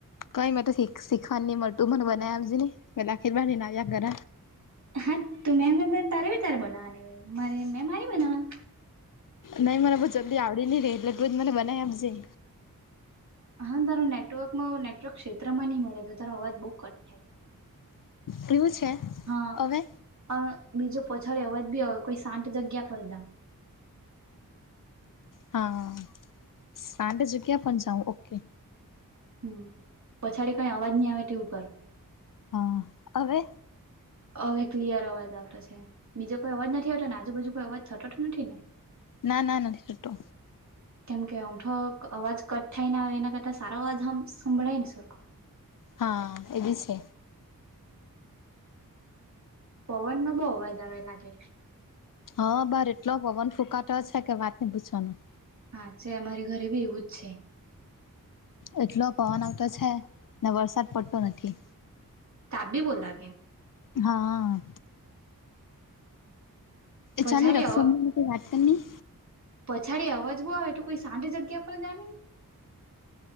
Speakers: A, on the left; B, on the right.
A: કઈ મે તોખ સીખવા નની તું મને બનાયા આજ ને પ આખીરવાર નાયા કર
B: હા તું મેમ તારે બી તારે બનાવ અને વારી મારે મે મારે બનાવા.
A: નહીં મને બ જલ્દી આવડી નઈ રહી એટલે કઈ જ મને બનાઈ આપજે.
B: હા તારા નેટવર્કમાં નેટવર્ક ક્ષેત્રમાં નહીં મળે તો તારો અવાજ બહુ કટ થાય.
A: કેવું છે.
B: હા
A: હવે
B: અ બીજો પોછાડ અવાજ બી હો કોઈ શાંત જગ્યા પર જા.
A: હા સાંંતે જુગ્યા પ જાઉું ઓકે.
B: હમ પછાડી કઈ અવાજ નહી આવે તેવું કર.
A: હા હવે.
B: હવે ક્લિયર અવાજ આવતો છે બીજો કોઈ અવાજ નથી આવતો ને આજુબાજુ કોઈ અવાજ છતો નથી ને.
A: ના ના ના થટો
B: કેમ કે ઓમઠો અવાજ કટ થાય ને આવે એના કરતાં સારો અવાજ સંભળાય ને સરખો
A: હા એ બી છે.
B: પવન નો બહુ અવાજ આવે લાગે
A: હા બાર એટલો પવન ફૂંકાતો છે કે વાતની પૂછવાનો
B: હા છે અમારી ઘરે બી એવું જ છે.
A: એટલો પવન આવતો છે ને વરસાદ પડતો નથી.
B: તાપ બી બો લાગે.
A: હા.
B: પછાડી
A: એ ચાલની રક્ષાબંધન
B: અવ
A: પર વાત કરીની
B: પછાડી અવાજ બહુ આવે તો કોઈ સાંઠ જગ્યા પર જા ને